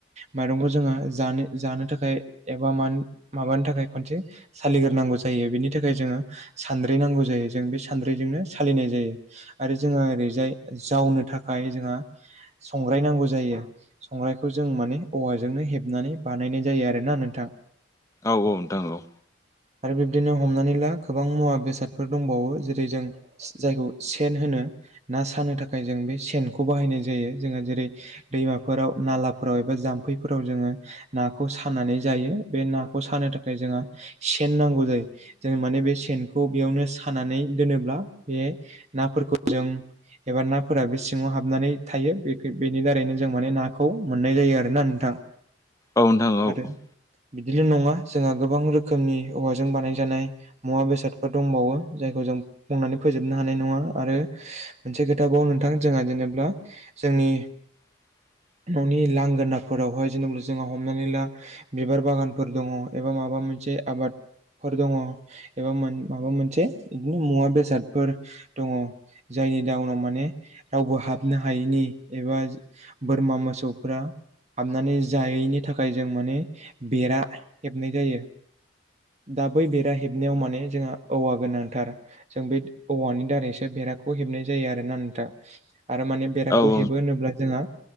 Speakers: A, on the right; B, on the left.
A: माइरंखौ जोङो जानो जानो थाखाय एबा मान माबा नो थाखाय खनसे सालिग्रोनांगौ जायो बेनि थाखाय जोङो सानद्रि नांगौ जायो जों बे सानद्रिजोंनो सालिनाय जायो आरो जोंहा ओरैजाय जावनो थाखाय जोंहा संग्रायनांगौ जा जायो। संग्रायखौ जों माने औवाजोंनो हेबनानै बानायनाय जायो आरोना नोंथां।
B: औ औ नोंथां औ।
A: आरो बिब्दिनो हमनानै ला गोबां मुवा बेसादफोर दंबावो जेरै जों जायखौ सेन होनो। ना सानो थाखाय जों बे सेनखौ बाहायनाय जायो जोंहा जेरै दैमाफोराव नालाफोराव एबा जाम्फैफोराव जोङो नाखौ सनानै जायो बे नाखौ सानो थाखाय जोंहा सेन नांगौ जायो। जों माने बे सेनखौ बेयावनो सानानै दोनोब्ला बे नाफोरखौ जों एबा नाफोरा बे सिङाव हाबनानै थायो बे बेनि दारैनो जों माने नाखौ मोननाय जायो आरोना नोंथां।
B: औ नोंथां औ।
A: आरो बिदिल' नङा जोंहा गोबां रोखोमनि औवाजों बानायजानाय मुवा बेसादफोर दंबावो जायखौ जों बुंनानै फोजोबनो हानाय नङा आरो मोनसे खोथाखौाव नोंथां जोंहा जेनेबा जोंनि नि
B: <inaudible>
A: न'नि लांगोनाफोरावहाय जेनेबा जोंहा हमनानै ला बिबार बागानफोर दङ एबा माबा मोन से आबाद फोर दङ एबा मोन माबा मोनसे बिदिनो मु-मुवा बेसादफोर दङ। जायनि जाउनाव माने रावबो हाबनो हायैनि एबा बोरमा मोसौफ्रा हाबनानै जायैनि थाखाय जों माने बेरा हेबनाय जायो। दा बै बेरा हेबनायाव माने जोंहा औवा गोनांथार। जों बे औवानि दारैसो बेराखौ हेबनाय जायो आरोना नोंथा। आरो मान बेरादखौ
B: औ
A: हेबो होनोब्ला जोंहा